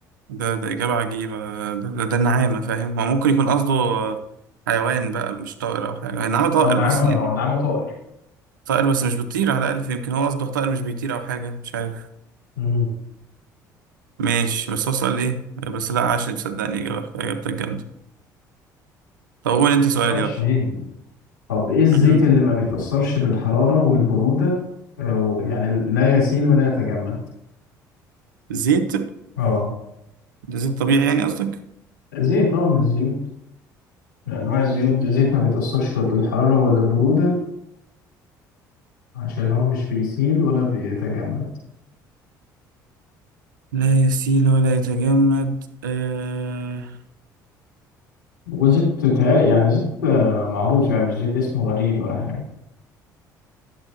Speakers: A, on the right (about 80°); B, on the left (about 80°).
A: ده ده اجابه عجيبه ده ده, ده النعامه فاهم هو ممكن يكون قصده آه، حيوان بقى مش طائر او حاجه النعامه
B: ما
A: طائر
B: هو النعامة
A: بس يعني
B: ما هو النعامة طائر
A: طائر بس مش بتطير على الاقل يمكن هو قصده طائر مش بيطير او حاجه مش عارف
B: مم.
A: ماشي بس هو سؤال ايه بس لا عشان تصدقني اجابه اجابتك جامده طب قول انت سؤال
B: طائر
A: يلا
B: الشاهين طب ايه الزيت
A: مم.
B: اللي ما بيتأثرش بالحرارة والبرودة أو يعني لا يسيل ولا يتجمد
A: زيت
B: اه
A: ده زيت طبيعي يعني قصدك
B: زيت اه من الزيوت من انواع الزيوت زيت ما بيتأثرش لا بالحرارة ولا البرودة عشان هو مش بيسيل ولا بيتجمد
A: لا يسيل ولا يتجمد آه...
B: وزيت تع- يعني زيت آه، معروف يعني مش زيت اسمه غريب ولا حاجة